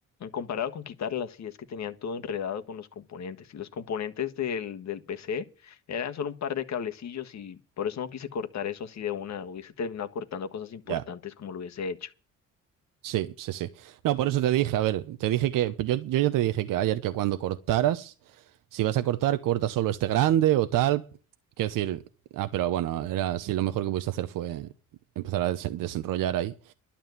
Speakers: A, on the left; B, on the right.
A: Comparado con quitarlas, sí es que tenían todo enredado con los componentes. Y los componentes del, del PC eran solo un par de cablecillos y por eso no quise cortar eso así de una. Hubiese terminado cortando cosas importantes
B: Ya.
A: como lo hubiese hecho.
B: Sí, sí, sí. No, por eso te dije, a ver, te dije que, yo, yo ya te dije que ayer que cuando cortaras, si vas a cortar, corta solo este grande o tal. Quiero decir, ah, pero bueno, era así, lo mejor que pudiste hacer fue empezar a desen- desenrollar ahí.